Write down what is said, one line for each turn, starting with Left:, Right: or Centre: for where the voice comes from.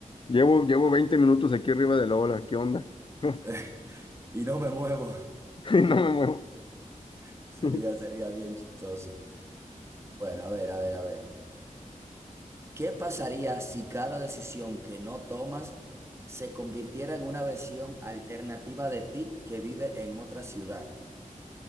Left: llevo, llevo 20 minutos aquí arriba de la ola, ¿qué onda? <laughs>
Right: <laughs> Y no me muevo.
Left: Y No me muevo.
Right: <laughs> Sería,
Left: <laughs>
Right: sería bien chistoso. Bueno, a ver, a ver, a ver. ¿Qué pasaría si cada decisión que no tomas se convirtiera en una versión alternativa de ti que vive en otra ciudad?